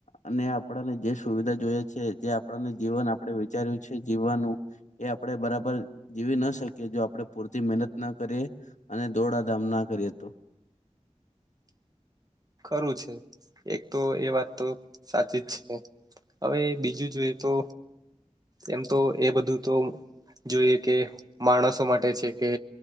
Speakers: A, on the left (about 80°); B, on the right (about 30°).
A: અને આપણને જે સુવિધા જોઈ છે જે આપણને જીવન આપણે વિચાર્યું છે, જીવવાનું એ આપણે બરાબર જીવી ના શકીએ જો આપણે પૂરતી મહેનત ના કરીએ અને દોડાધામ ના કરીએ તો
B: ખરું છે એક તો એ વાત તો સાચી જ છે હવે બીજું જોઈએ તો એમ તો એ બધું તો જોઈએ કે માણસો માટે છે કે